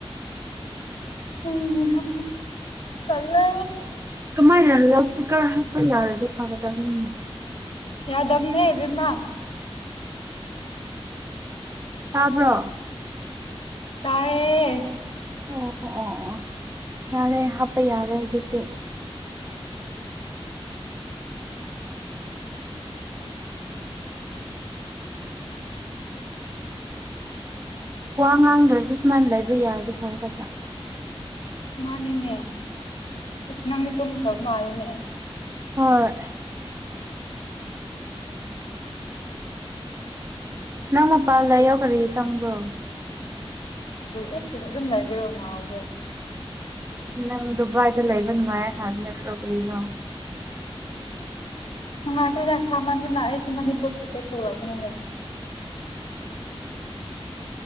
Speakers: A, on the left; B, on the right.
A: ꯎꯝ ꯆꯜꯂ
B: ꯀꯃꯥꯏꯅ ꯂꯥꯎꯠ ꯏꯁꯄꯤꯀꯔ ꯍꯥꯞꯄ ꯌꯥꯔꯗꯤ ꯐꯒꯗꯕꯅꯤ
A: ꯌꯥꯗ ꯑꯃꯅꯦ ꯕꯃ
B: ꯇꯥꯕ꯭ꯔꯣ
A: ꯇꯥꯏꯌꯦ
B: ꯑꯣ ꯑꯣ ꯑꯣ ꯌꯥꯔꯦ ꯍꯥꯞꯄ ꯌꯥꯔꯦ ꯍꯧꯖꯤꯛꯇꯤ ꯑ ꯋꯥ ꯉꯥꯡꯗ꯭ꯔꯁꯨ ꯁꯨꯃꯥꯏꯅ ꯂꯩꯕ ꯌꯥꯔꯗꯤ ꯐꯗ
A: ꯃꯥꯅꯤꯅꯦ ꯑꯁ ꯅꯪ ꯃꯤ ꯇꯨꯝꯈ꯭ꯔꯕ ꯃꯥꯜꯂꯤꯅꯦ
B: ꯍꯣꯏ ꯅꯪ ꯃꯄꯥꯥꯟꯜꯂ ꯌꯎꯈꯔꯦ ꯆꯪꯕ꯭ꯔꯣ
A: ꯑꯦ ꯑꯗꯨꯝ ꯂꯥꯏꯕꯤꯔꯣ ꯃꯥꯕ
B: ꯅꯪ ꯗꯨꯕꯥꯏꯗ ꯂꯩꯕ ꯅꯨꯡꯉꯥꯏ ꯍꯥꯏꯕ ꯅꯠꯇ꯭ꯔꯣ ꯀꯅꯣ
A: ꯅꯨꯡꯉꯥꯏꯇꯦꯗ ꯁꯥꯃꯟꯗꯅ ꯑꯩꯁꯦ ꯃꯅꯤꯄꯨꯔ ꯊꯣꯛꯀꯦ ꯊꯣꯛꯂꯛꯒꯅꯤꯅꯦ